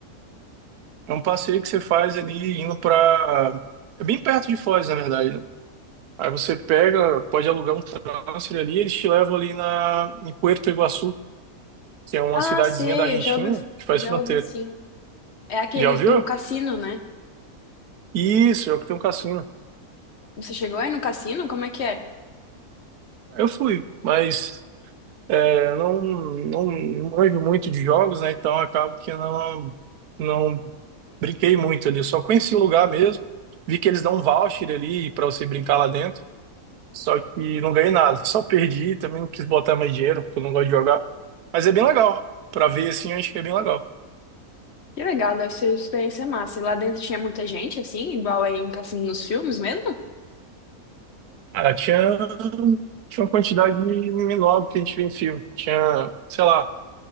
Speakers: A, on the right; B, on the left.
A: É um passeio que você faz ali indo pra. É bem perto de Foz, na verdade, né? Aí você pega, pode alugar um transfer ali, eles te levam ali na... em Puerto Iguaçu, que é uma
B: Ah,
A: cidadezinha
B: sei,
A: da Argentina
B: eu já ouvi,
A: que faz
B: já
A: fronteira.
B: ouvi sim. É aquele
A: Já ouviu?
B: do cassino, né?
A: Isso, é o que tem um cassino.
B: Você chegou aí no cassino? Como é que é?
A: Eu fui, mas é, não, não, não manjo muito de jogos, né? Então acabo que não, não brinquei muito ali. Só conheci o lugar mesmo. Vi que eles dão um voucher ali para você brincar lá dentro. Só que não ganhei nada, só perdi, também não quis botar mais dinheiro, porque eu não gosto de jogar. Mas é bem legal. Pra ver assim, eu acho que é bem legal.
B: Que legal, deve ser uma experiência massa. E lá dentro tinha muita gente, assim, igual aí em cassino nos filmes mesmo?
A: Ah, tinha, tinha uma quantidade menor do que a gente vê em filme. Tinha, sei lá,